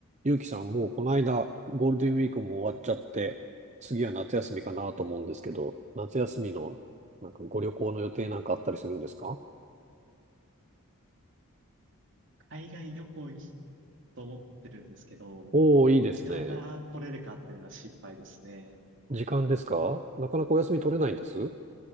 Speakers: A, on the right; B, on the right.
A: ゆうきさん、もうこの間、ゴールデンウィークも終わっちゃって、次は夏休みかなと思うんですけど、夏休みの、なんかご旅行の予定なんかあったりするんですか
B: 海外旅行行きたいと思ってるんですけど、
A: おー、いいですね。
B: 時間が取れるかっていうのが心配ですね。
A: 時間ですかなかなかお休み取れないんです